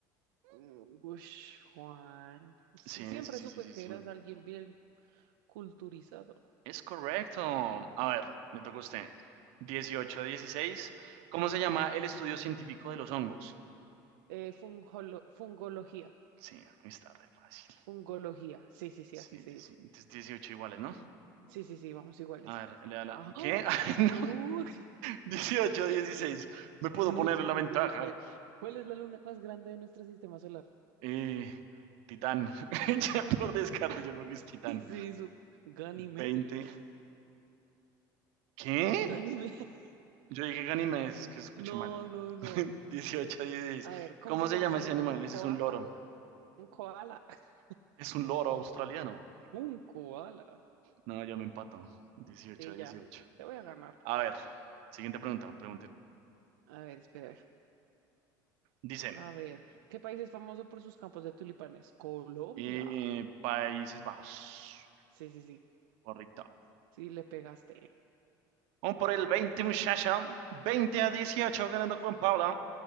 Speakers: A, on the right; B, on the right.
A: mm, ush, Juan. Sie-
B: Sí,
A: Siempre
B: sí, sí,
A: supe
B: sí, sí.
A: que
B: sí.
A: eras alguien bien culturizado.
B: Es correcto. A ver, le toca a usted. 18, 16. ¿Cómo se llama el estudio científico de los hongos?
A: Eh, fungolo- fungología.
B: Sí, está re fácil.
A: Fungología. Sí, sí, sí,
B: Sí,
A: así se
B: sí,
A: dice.
B: sí. Entonces 18 iguales, ¿no?
A: Sí, sí, sí, vamos iguales.
B: A ver, le da la...
A: ¡Ah!
B: ¿Qué?
A: ¡Oh!
B: <laughs> Ay, no.
A: ¡No!
B: 18, 16.
A: <laughs>
B: Me puedo
A: Dice,
B: poner
A: sí,
B: en
A: sí,
B: la ventaja.
A: sí, sí, espere. ¿Cuál es la luna más grande de nuestro sistema solar? <laughs>
B: Eh, Titán. <laughs> Ya por descarte, yo creo que es Titán.
A: Y sí, su Ganímedes.
B: 20. ¿Qué?
A: Ganímedes. <laughs>
B: Yo dije Ganímedes, es que escucho
A: No,
B: mal.
A: no, no.
B: <laughs> 18, 16.
A: A ver, ¿cómo
B: ¿Cómo
A: se
B: se
A: llama
B: llama
A: este
B: ese
A: animal?
B: animal?
A: Un
B: Ese
A: koala.
B: es un loro.
A: Un koala. <laughs>
B: Es un loro australiano.
A: Un koala.
B: No, yo me empato. dieciocho
A: Sí,
B: a dieciocho.
A: ya. Te voy a ganar.
B: A ver, siguiente pregunta, pregunte.
A: A ver, espera. A ver.
B: Dice,
A: A ver, ¿Qué país es famoso por sus campos de tulipanes? Colombia.
B: eh, Países Bajos.
A: Sí, sí, sí.
B: Correcto.
A: Sí, le pegaste.
B: Vamos por el veinte muchacha. veinte a dieciocho ganando Juan Paula.